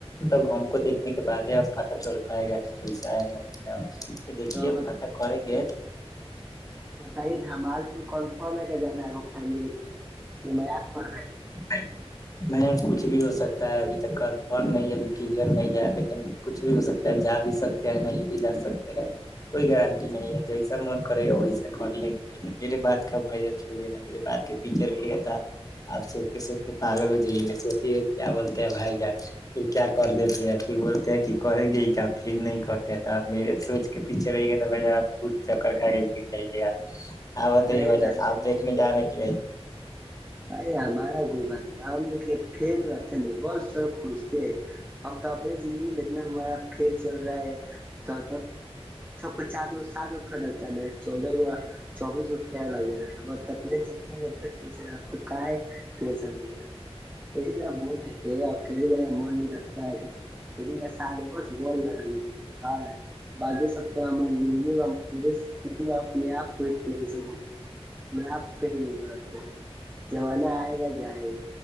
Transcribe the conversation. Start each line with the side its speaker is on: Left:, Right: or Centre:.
Left: تب ہم کو دیکھنے کے بعد ہے اب پتاہ چل پائے گا کہ کوئیسا آئے گا نہیں دیکی
Right: تو
Left: پاتا کر گے
Right: بتائیے دمال پور کنفرم ہے کہ جانا ہے فیملی کے سھ کہ م کر رہے ہیں
Left: نہیں کچھ بھی ہو سکتا ہے ابھی تک ک نہیں ابھی کلیئر نہیں ہے لیکن کچھ بھی ہو سکتا ہے جا بھی سکتے ہیں نہیں بھی جا سکتے ہیں کوئی گارنٹی نہیں ہے جیسا من کرے گا وہیسا کر لے گا میرے بات کا بھائی جب چھوئیے نا میرے بات کے پیچھ رہ گ تھا آپ سوچ سوچتے پاگل ہو جائیے گ سوچیے کیا بولتے ہیں بھائی جان پھر کیا کر دیتے ہے پھر بولتے ہیں کہ کریں گے کیا پھر نہیں کرتے تو آپ میرے سوچ کے پیچھے رہیے تو بھائی جا آپ خود چکر کھا کے گر جائیے وہ توی
Right: نہیں
Left: وجہ
Right: بھائی
Left: آپ دیکھنے جا رہے ہیں کہ نہیں
Right: ا ہمارا کوئی بات ہم دیکھیے پم رہتے ن بہت طف پچتے ہیں ہم تو اپنی زندگی میں بتنا ہمارا پھر چل رہا ہے سب کو سات گ پتا چودہ گو چوبیس کو پ لگ دے رہا ہے اوربنی زندگی میں تو کا کہ سر ہے اسی طرح بول دیتے ہیں اور کھیل جانےا من نہیں لگتا ہے سری کے ساتھ بس مول لگاے لگا باقی سبتے ہماری زندگی میں ہم اپنے آپ کو ایک ٹینشن میں آپ پہ ہی نہیں بناتے جمانہ آئے گا جائے گا